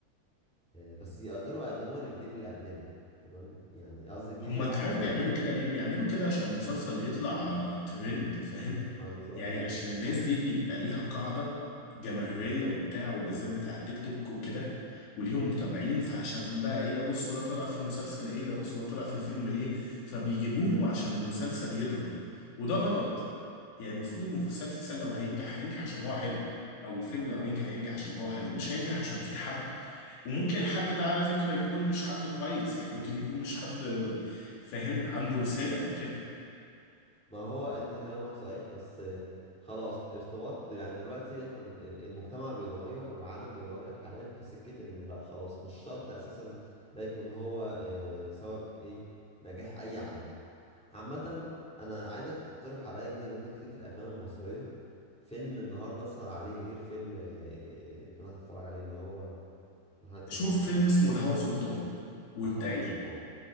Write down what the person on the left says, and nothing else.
هما
انت
عارف بيعملوا
كده ليه؟ بيعملوا كده عشان المسلسل يطلع ترند فاهم؟
يعني عشان الناس دي بيبقى ليها قاعدة جماهيرية وبتاع وبالذات بتاع التيك توك وكده وليهم متابعين فعشان بقى ايه ده بصوا ده طلع في مسلسل ايه ده بصوا ده طلع في فيلم ايه فبيجيبوهم عشان المسلسل يضرب وده غلط يعني المفروض المسلسل لو هينجح هينجح عشان هو حلو او الفيلم لو هينجح هينجح عشان هو حلو مش هينجح عشان في حد وممكن الحد ده على فكرة يكون مش حد كويس يعني ممكن يكون مش حد فاهم عنده رسالة او كده
شوف فيلم
اسمه الهوى سلطان وادعي
لي